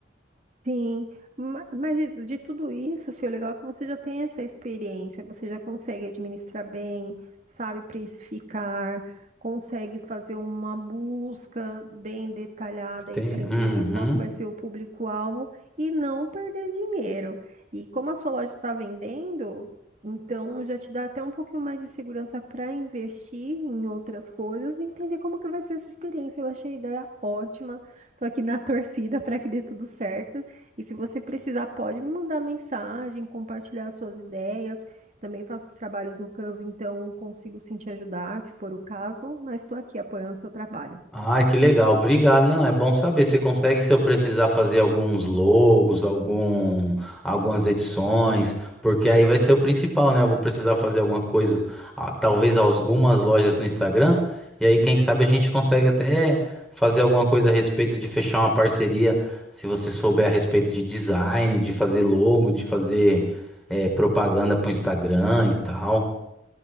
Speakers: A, on the right; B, in the centre.
A: Sim, ma- mas de de tudo isso, filho, o legal é que você já tem essa experiência, você já consegue administrar bem, sabe precificar, consegue fazer uma busca bem detalhada
B: Tem.
A: aí para entender
B: Uhum.
A: qual que vai ser o público-alvo e não perder dinheiro. E como a sua loja está vendendo, então já te dá até um pouquinho mais de segurança para investir em outras coisas e entender como que vai ser essa experiência. Eu achei a ideia ótima. Tô aqui na <laughs> torcida para que dê tudo certo. E se você precisar, pode me mandar mensagem, compartilhar suas ideias. Também faço os trabalhos no Canva, então consigo sim te ajudar, se for o caso, mas estou aqui apoiando o seu trabalho.
B: Ah, que legal. Obrigado. Não, é bom saber. Você consegue, se eu precisar, fazer alguns logos, algum, algumas edições, porque aí vai ser o principal, né? Eu vou precisar fazer alguma coisa, ah, talvez algumas lojas no Instagram, e aí, quem sabe, a gente consegue até fazer alguma coisa a respeito de fechar uma parceria, se você souber a respeito de design, de fazer logo, de fazer, eh, propaganda para o Instagram e tal.